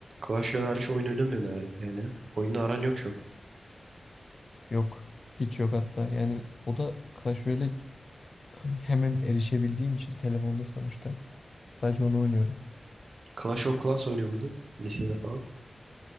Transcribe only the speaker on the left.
Yok. Hiç yok hatta. Yani o da Clash Royale hani hemen erişebildiğim için telefonda sonuçta sadece onu oynuyorum.